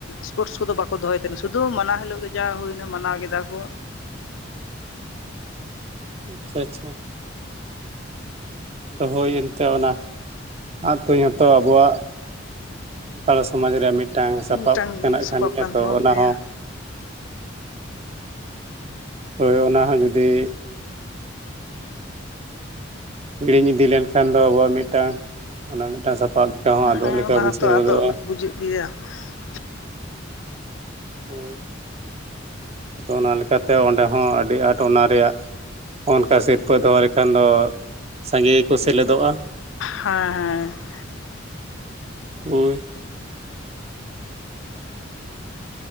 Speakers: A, on the left (about 80°); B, on the right (about 30°).
A: ᱥᱯᱳᱨᱴᱥ ᱠᱚᱫᱚ ᱵᱟᱠᱚ ᱫᱚᱦᱚᱭ ᱛᱟᱦᱮᱸᱱᱟ ᱥᱩᱫᱩ ᱢᱟᱱᱟᱣ ᱦᱤᱞᱳᱜ ᱜᱮ ᱡᱟ ᱦᱩᱭᱱᱟ ᱢᱟᱱᱟᱣ ᱠᱮᱫᱟ ᱠᱚ
B: ᱟᱪᱪᱷᱟ ᱟᱪᱪᱷᱟ ᱾ ᱦᱳᱭ ᱚᱱᱛᱮ ᱚᱱᱟ ᱟᱸᱜ ᱛᱩᱧ ᱦᱚᱛᱚ ᱟᱵᱚᱣᱟᱜ ᱥᱟᱱᱛᱟᱲ ᱥᱚᱢᱟᱡᱽ ᱨᱮᱭᱟᱜ ᱢᱤᱫᱴᱟᱝ ᱥᱟᱯᱟᱵ
A: ᱢᱤᱫᱴᱟᱝ
B: ᱞᱮᱠᱟᱱᱟᱜ
A: ᱥᱚᱵᱟᱵ
B: ᱠᱟᱱ ᱜᱮᱭᱟ ᱛᱚ
A: ᱛᱟᱵᱚᱱ
B: ᱚᱱᱟᱦᱚᱸ
A: ᱜᱮᱭᱟ
B: ᱦᱳᱭ ᱚᱱᱟ ᱦᱚᱸ ᱡᱩᱫᱤ, ᱦᱤᱲᱤᱧ ᱤᱫᱤ ᱞᱮᱱᱠᱷᱟᱱ ᱫᱚ ᱟᱵᱚᱣᱟᱜ ᱢᱤᱫᱴᱟᱝ ᱚᱱᱟ ᱢᱤᱫᱴᱟᱝ ᱥᱟᱯᱟᱵ ᱦᱚᱸ ᱟᱫᱚᱜ
A: ᱦᱮᱸ
B: ᱞᱮᱠᱟ
A: ᱚᱱᱟ
B: ᱵᱩᱡᱷᱟᱹᱣ
A: ᱦᱚᱸᱛᱚ
B: ᱜᱚᱫᱚᱜᱼᱟ
A: ᱟᱫᱚᱜ
B: ᱾
A: ᱵᱩᱡᱩᱜ ᱜᱮᱭᱟ ᱾
B: ᱦᱳᱭ ᱟᱫᱚ ᱚᱱᱟ ᱞᱮᱠᱟᱛᱮ ᱚᱸᱰᱮ ᱦᱚᱸ ᱟᱹᱰᱤ ᱟᱸᱴ ᱚᱱᱟ ᱨᱮᱭᱟᱜ ᱚᱱᱠᱟ ᱥᱤᱨᱯᱟᱹ ᱫᱚᱦᱚ ᱞᱮᱠᱷᱟᱱ ᱫᱚ ᱥᱟᱸᱜᱮ ᱜᱮᱠᱚ ᱥᱮᱞᱮᱫᱚᱜᱼᱟ
A: ᱦᱮᱸ ᱦᱮᱸ ᱾
B: ᱦᱳᱭ ᱾